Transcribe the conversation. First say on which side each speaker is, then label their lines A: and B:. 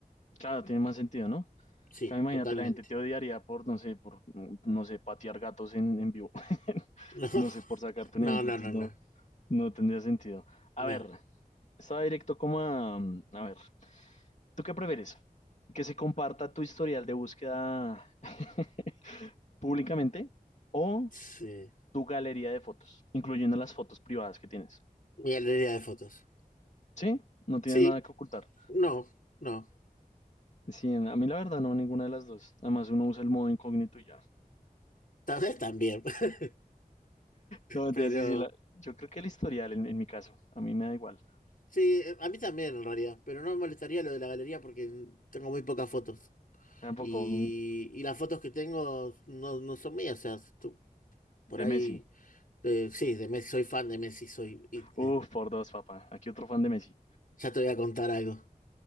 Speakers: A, on the left; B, on the left.
A: Claro, tiene más sentido, ¿no?
B: Sí,
A: Claro, imagínate,
B: totalmente.
A: la gente te odiaría por, no sé, por, mm, no sé, patear gatos en, en vivo. <laughs>
B: <laughs>
A: No sé, por sacarte
B: No,
A: un ejemplo,
B: no,
A: entonces
B: no, no,
A: no,
B: no.
A: no tendría sentido. A
B: No.
A: ver, estaba directo como a... mm, A ver, ¿tú qué prefieres? ¿Que se comparta tu historial de búsqueda <laughs> públicamente o
B: Sí.
A: tu galería de fotos, incluyendo las fotos privadas que tienes?
B: Mi galería de fotos.
A: ¿Sí? No tienes
B: Sí,
A: nada que ocultar.
B: no, no.
A: Sí, a mí la verdad no, ninguna de las dos. Además uno usa el modo incógnito y ya.
B: Tal vez también. <laughs>
A: No,
B: Pero
A: te sí, sí, la- yo creo que el historial en, en mi caso, a mí me da igual.
B: sí, a mí también en realidad. Pero no me molestaría lo de la galería porque tengo muy pocas fotos.
A: Tampoco
B: Y,
A: un-
B: y las fotos que tengo no, no son mías. O sea, tú, por
A: de
B: ahí.
A: Messi.
B: eh, sí, de Messi, soy fan de Messi, soy. y,
A: Uf,
B: eh,
A: por dos, papá. Aquí otro fan de Messi.
B: ya te voy a contar algo.